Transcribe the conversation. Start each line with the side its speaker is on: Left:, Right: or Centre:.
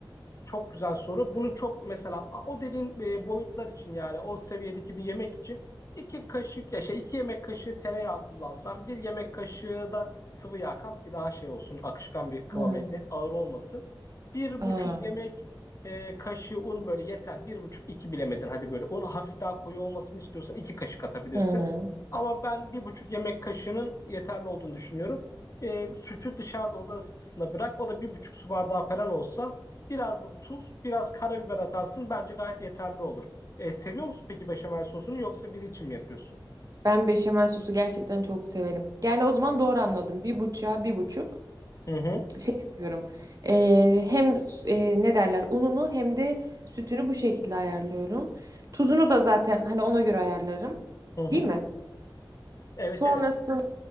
Left: Çok güzel soru. Bunun çok mesela a- o dediğin e, boyutlar için yani o seviyedeki bir yemek için iki kaşık ya şey iki yemek kaşığı tereyağı kullansan bir yemek kaşığı da sıvı yağ kat ki daha şey olsun akışkan bir kıvam
Right: Hmm.
Left: elde et ağır olmasın. Bir
Right: Aa.
Left: buçuk yemek e, kaşığı un böyle yeter. Bir buçuk iki bilemedin hadi böyle un hafif daha koyu olmasını istiyorsan iki kaşık atabilirsin.
Right: Hı hı.
Left: Ama ben bir buçuk yemek kaşığının yeterli olduğunu düşünüyorum. E, sütü dışarıda oda ısısında bırak o da bir buçuk su bardağı falan olsa Biraz da tuz, biraz karabiber atarsın. Bence gayet yeterli olur. E, seviyor musun peki beşamel sosunu yoksa biri için mi yapıyorsun?
Right: Ben beşamel sosu gerçekten çok severim. Yani o zaman doğru anladım. Bir buçuğa bir buçuk
Left: Hı hı,
Right: şey yapıyorum. Ee, hem s- e, ne derler ununu hem de sütünü bu şekilde ayarlıyorum. Tuzunu da zaten hani ona göre ayarlarım.
Left: hı hı.
Right: Değil mi?
Left: Evet
Right: Sonrasında
Left: evet.